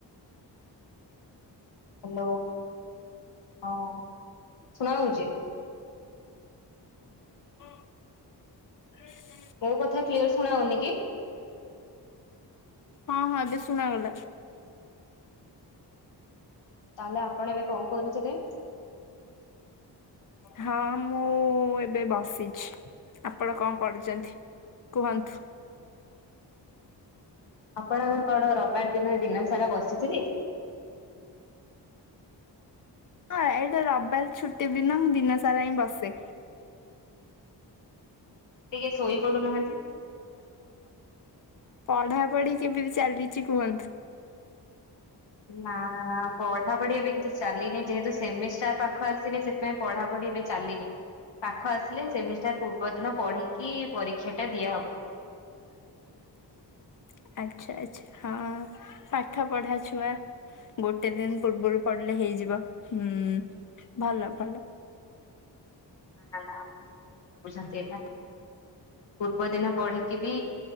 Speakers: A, on the left (about 80°); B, on the left (about 45°).
A: ହ୍ୟାଲୋ ହଁ ଶୁଣାଯାଉଚି।
B: ହ
A: ମୋ କଥା କ୍ଲିୟର ଶୁଣା ହଉନି କି?
B: ହଁ ହଁ ଏବେ ଶୁଣା ଗଲା।
A: ତାହେଲେ ଆପଣ ଏବେ କଣ କରୁଥିଲେ?
B: ହଁ ମୁଁ ଏବେ ବସିଛି। ଆପଣ କଣ କରୁଛନ୍ତି କୁହନ୍ତୁ?
A: ଆପଣଙ୍କର କଣ ରବିବାର ଦିନ ଦିନ ସାରା ବସିଥିବେ?
B: ହଁ ଏଇଟା ରବିବାର ଛୁଟି ଦିନ ମୁଁ ଦିନ ସାରା ହିଁ ବସେ।
A: ଟିକେ ଶୋଇ ପଡୁନାହାନ୍ତି।
B: ପଢାପଢି କେବେ ବି ଚାଲିଛି କୁହନ୍ତୁ?
A: ନା- ନା -ନା ପଢାପଢି ଏବେ କିଛି ଚାଲିନି ଯେହେତୁ ସେମିଷ୍ଟାର ପାଖ ଆସିନି ସେଥିପାଇଁ ପଢାପଢି ଏବେ ଚାଲିନି। ପାଖ ଆସିଲେ ସେମିଷ୍ଟାର ପୂର୍ବ ଦିନ ପଢିକି ପରୀକ୍ଷା ଟା ଦିଆହବ।
B: <unintelligible> ଆଛା ଆଚ୍ଛା ହଁ ପାଠ ପଢା ଛୁଆ ଗୋଟେ ଦିନ ପୂର୍ବରୁ ପଡିଲେ ହେଇଯିବ ହୁଁ ଭଲ ଭଲ।
A: ନା ନା ଆପଣ ଭୁଲ ଭାବୁଛନ୍ତି ଏଇଟା ପୂର୍ବ ଦିନ ବଢିକି ବି